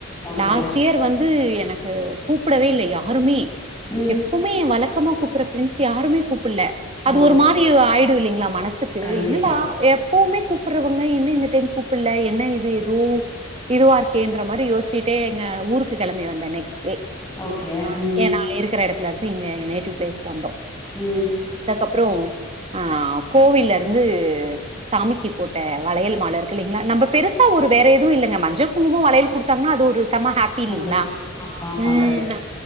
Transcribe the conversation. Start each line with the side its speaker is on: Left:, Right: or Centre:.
Left: ஓகே.
Right: லாஸ்ட் இயர் வந் து எனக்கு கூப்பிடவே இல்ல யாருமே
Left: ம்.
Right: எப் புமே வழக்கமா கூப்பிற ஃபிரெண்ஸ் யாருமே கூப்பில அது
Left: ஓ!
Right: ஒரு மாரி ஆய்டு இல்லிங்களா மனசுக்
Left: கண்டிப்பா.
Right: து என்னடா எப்புவுமே கூப்பறவங்க என்ன இந்த டைம் கூப்பில என்ன இது எதோ இதுவா இருக்கேன்ற மாரி யோச்சிட்டே எங்க ஊருக்கு கெழம்பி வந்தே நெக்ஸ்டே
Left: ஓகே.
Right: ஆ
Left: ம்.
Right: ஏ நா இருக்கிற எடத்துல இருந்து இங்க எங் நேட்டிவ் பிளேஸ்க்கு வந்தோ
Left: ம்
Right: வந்தக்கப்புறோ ஆ கோவில்ல இருந்து சாமிக்கி போட்ட வளையல் மால இருக்கு இல்லைங்களா நம்ம பெருசா ஒரு வேற எதுவு இல்லங்க மஞ்ச குங்குமம் வளையல் குடுத் த்தாங்கனா அது ஒரு செம ஹாப்பி இல்லிங்களா
Left: சந்தோஷம். ஆமாமா
Right: ம்
Left: கரெக்ட்.
Right: ந